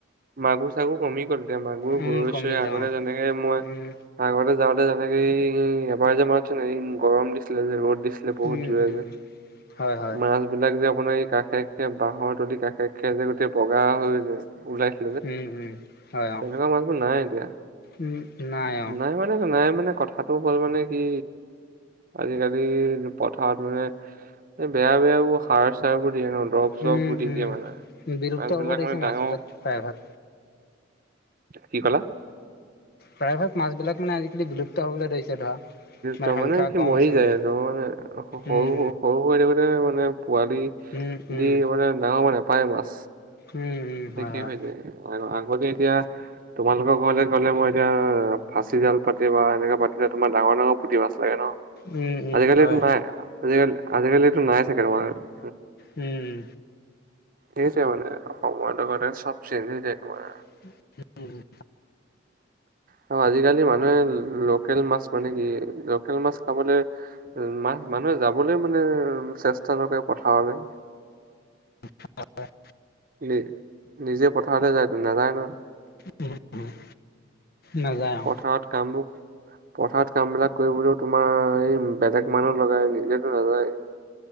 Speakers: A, on the right; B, on the left.
A: মাগু চাগু কমি গ'ল। এতিয়া মাগুৰ,
B: উম
A: গৰৈ-চৰই
B: কমিলে
A: আগতে
B: অ
A: যেনেকে মই,
B: উম
A: আগতে যাওঁতে যেনেকে উম এবাৰ যে মাতছোন এই গৰম দিছিলে যে ৰ'দ দি বহুত
B: উম
A: জোৰে
B: উম
A: যে,
B: হয় হয়
A: মাছবিলাক যে আপোনাৰ এই কাষে-কাষে বাঁহৰ তুলি কাষে খে যে গোটেই বগা হৈ যায়, ওলাই যে
B: উম উম হয় অ
A: তেনেকুৱা মাছবোৰ নাই এতিয়া,
B: উম অ
A: নাই মানে নাই মানে কথাটো হ'ল মানে কি, আজিকালি পথাৰত মানে এই বেয়া-বেয়াবোৰ সাৰ-চাৰবোৰ দিয়ে ন। ৰব-চব
B: উম
A: পুদি
B: উম
A: দিয়া মানে,
B: বিলুপ্ত
A: মাছ
B: হ'ব
A: বিলাক
B: ধৰিছে
A: মানে ডাঙৰ
B: মাছবিলাক প্ৰায়ভাগ
A: কি কলা?
B: প্ৰায়ভাগ মাছ বিলাক মানে আজিকালি বিলুপ্ত হবলৈ ধৰিছে ধৰা।
A: তাৰ মানে
B: সংখ্যা
A: কি
B: কম
A: মৰি
B: হৈছে
A: যায়
B: মানে
A: আৰু মানে সৰু-সৰু
B: উম
A: হৈ থাকোতে মানে পোৱালি
B: উম উম
A: দি মানে ডাঙৰ মানে নেপায় মাছ,
B: উম উম উম
A: শেষেই
B: হয় হয়
A: হৈ যায় এতিয়া তোমালোকৰ ঘৰলে গ'লে মই এতিয়া ফাচি জাল পাতি বা এনেকে পাতিলে তোমাৰ ডাঙৰ-ডাঙৰ পুঠি মাছ লাগে ন,
B: উম উম
A: আজিকালিটো
B: হয়
A: নাই, আজিকালি-আজিকালিটো নাই চাগে ত
B: উম।
A: সেইটোৱে মানে সময় লগতে চব চেঞ্জ হৈ যায় তোমাৰ।
B: <inaudible>
A: আৰু আজিকালি মানুহে লোকেল মাছ মানে কি, লোকেল মাছ খাবলৈ মাছ মানুহে যাবলৈ মানে চেষ্টা নকৰে পথাৰলৈ।
B: <inaudible>
A: নি নিজে পথাৰতে যায় ত' নাযায় ন।
B: উম, নাযায় অ
A: পথাৰত কামবোৰ পথাৰত কামবিলাক কৰিবলৈও তোমাৰ এই বেলেগ মানুহ লগাই নিজেতো নাযায়। <inaudible>